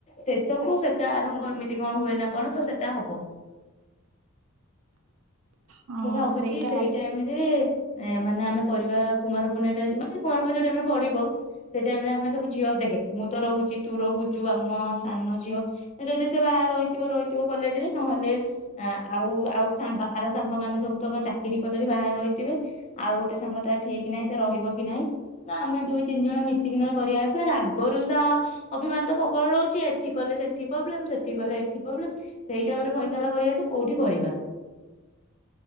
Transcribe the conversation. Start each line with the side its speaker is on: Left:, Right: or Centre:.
Left: ଶେଷ କୁ ସେଟା ଆରମ୍ଭ ଏମିତି କଣ ହୁଏ ନା କଣ ତ ସେଟା ହବ।
Right: ହଁ
Left: ମୁଁ ଭାବୁଛି
Right: ସେଇଟା
Left: ସେଇ
Right: ହବ
Left: ଟାଇମ ରେ ଏ ମାନେ ଆମେ କରିବା କୁମାରପୂନେଇ ଏଟା ଯେ ମାନେ କୁମାରପୁନେଇ ଯୋଉ ଟାଇମ ରେ ପଡିବ। ସେଇ ଟାଇମରେ ଆମେ ସବୁ ଝିଅ ଦେଖେ ମୁଁ ତ ରହୁଛିି ତୁ ରହୁଛୁ ଆମ ସାନ ଝିଅ ଯଦି ସେ ବାହାରେ ରହିଥିବ ରହିଥିବ କଲେଜରେ ନହେଲେ ଆ ଆଉ ଆଉ ସାଙ୍ଗ ଆର ସାଙ୍ଗମାନେ ସବୁ ତମ ଚାକିରି କଲେ ବି ବାହାରେ ରହି ଥିବେ ଆଉ ଗୋଟେ ସାଙ୍ଗ ତା ଠିକ ନାହିଁ ସେ ରହିବ କି ନାହିଁ। ନା ଆମେ ଦୁଇ ତିନି ଜଣ ମିଶିକି ନା କରିବା ପୁଣି ରାଗରୁଷା ଅଭିମାନ ତ ପ୍ରବଳ ରହୁଛି ଏଠି କଲେ ସେଠି ପ୍ରୋବ୍ଲେମ ସେଠି କଲେ ଏଠି ପ୍ରୋବ୍ଲେମ। ସେଇଟା ଗୋଟେ ଫଇସଲା କରିବା ଯେ କୋଉଠି କରିବା।